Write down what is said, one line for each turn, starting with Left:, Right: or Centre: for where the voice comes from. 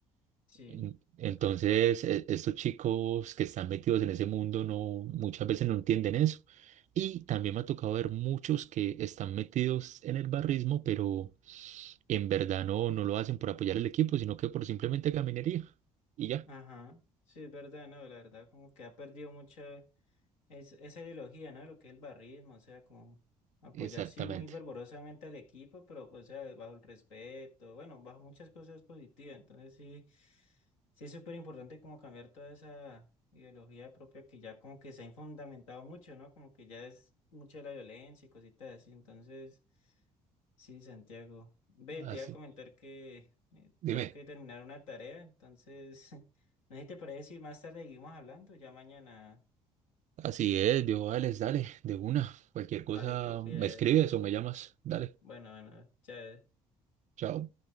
Left: sí,
Right: En- Entonces,
Left: es verdad,
Right: e- estos chicos que están metidos en ese mundo no, muchas veces no entienden eso. Y también me ha tocado ver muchos que están metidos en el barrismo, pero en verdad no, no lo hacen por apoyar el equipo, sino que por simplemente caminería. Y ya,
Left: ajá, sí es verdad, no, la verdad como que ha perdido mucha Es, esa ideología, ¿no? Lo que es el barrismo, o sea, como apoyar
Right: exactamente.
Left: sí muy fervorosamente al equipo, pero, o sea, bajo el respeto, bueno, bajo muchas cosas positivas. Entonces sí, sí es súper importante como cambiar toda esa ideología propia que ya como que se ha infundamentado mucho, ¿no? Como que ya es mucha la violencia y cositas así. Entonces, sí, Santiago. Ve,
Right: Así,
Left: te iba a comentar que eh,
Right: dime.
Left: tengo que terminar una tarea, entonces, <laughs> no sé si te parece si más tarde seguimos hablando, ya mañana.
Right: Así es, viejo, dale, dale, de una. Cualquier cosa
Left: Vale, te pides.
Right: me escribes o me llamas. Dale,
Left: Bueno, bueno, chévere.
Right: chao.